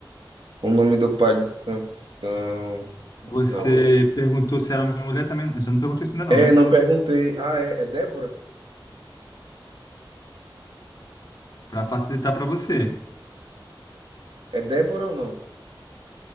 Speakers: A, on the right; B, on the left.
A: o nome do pai de Sansão.
B: Você
A: Não.
B: perguntou se era homem ou mulher também. Você não perguntou isso ainda, não,
A: É,
B: né?
A: não perguntei. Ah, é, é Débora?
B: para facilitar para você.
A: É Débora ou não?